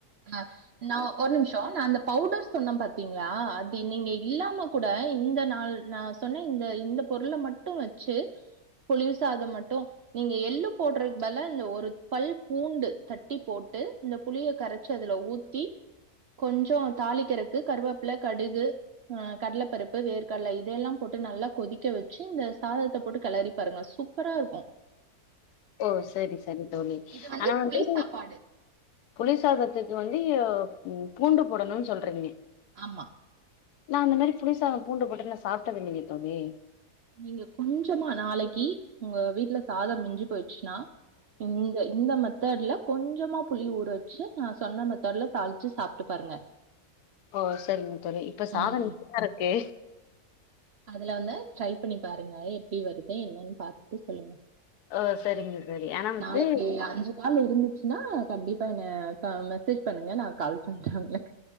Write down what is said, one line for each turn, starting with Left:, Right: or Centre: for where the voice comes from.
Right: அ நா ஒரு நிமிஷோ நா அந்த பவுடர் சொன்ன பாத்தீங்களா அது நீங்க இல்லாம கூட இந்த நாள் நா சொன்ன இந்த இந்த பொருள மட்டு வச்சு புளி சாதம் மட்டு நீங்க எள்ளு போடுறக்கு பதிலா இதுல ஒரு பல் பூண்டு தட்டி போட்டு இந்த புளிய கரச் ச்சு அதுல ஊத்தி கொஞ்சு தாளிக்கிறக்கு கருவேப்புல கடுகு ஆஹ் கடலப்பருப்பு வேர்கடல இதையெல்லா போட்டு நல்லா கொதிக்க வச்சு இந்த சாதத்த போட்டு கெளறி பாருங்க சூப் சூப்பரா இருக்கு
Left: ஓ சரி சரி தோழி
Right: இது வந்து
Left: ஆனாவந்து
Right: புளி சாப்பாடு
Left: புளிசாதத்துக்கு வந்து யு பூண்டு போடணுனு சொல்றீங்க
Right: ஆமா
Left: நா அந்தமேறி புளிசாதோ பூண்டு போட்டு நா சாப்டதில்லையே தோழி
Right: நீங்க கொஞ்சமா நாளைக்கி உங்க வீட்ல சாதம் மிஞ்சு போச்சுனா ம் இந்த மெத்தட்ல கொஞ்சமா புளி ஊற வச்சு நா சொன்ன மெத்தட்ல தாளிச்சு சாப்ட்டு பாருங்க
Left: ஓ சரிங்க தோழி இப்ப சாதம்
Right: ம்
Left: மிச்சோ இருக்கு
Right: அதுல வந்து ட்ரை பண்ணி பாருங்க எப்டி வருது என்னனு பாத்துட்டு சொல்லுங்க
Left: ஓ சரிங்க தோழி ஆனா வந்து
Right: நாளைக்கி அஞ்சு கால் இருந்துச்சுனா கண்டிப்பா என்ன க மெசேஜ் பண்ணுங்க நா கால் பண்ற உங்குளுக்கு